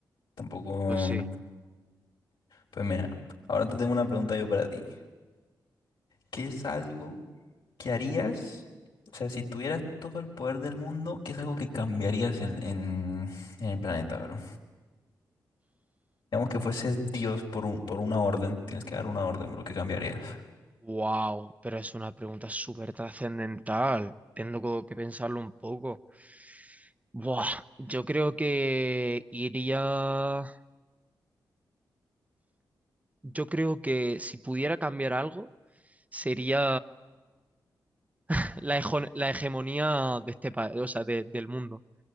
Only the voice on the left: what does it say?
Tampoco.
Pues mira, ahora te tengo una pregunta yo para ti. ¿Qué es algo que harías? O sea, si tuvieras todo el poder del mundo, ¿qué es algo que cambiarías en, en, en el planeta, bro? Digamos que fueses Dios por un, por una orden. Tienes que dar una orden, bro. ¿Qué cambiarías?